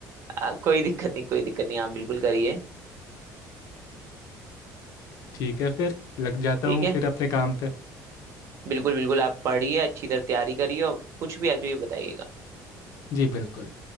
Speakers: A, on the right; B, on the left.
A: आ, कोई दिक्कत नहीं कोई दिक्कत नहीं आप बिल्कुल करिए
B: ठीक है फिर लग जाता
A: ठीक
B: हूँ
A: है
B: फिर अपने काम पे
A: बिल्कुल बिल्कुल आप पढ़िए अच्छी तरह तैयारी करिए और कुछ भी आप जो ये बताइएगा
B: जी बिल्कुल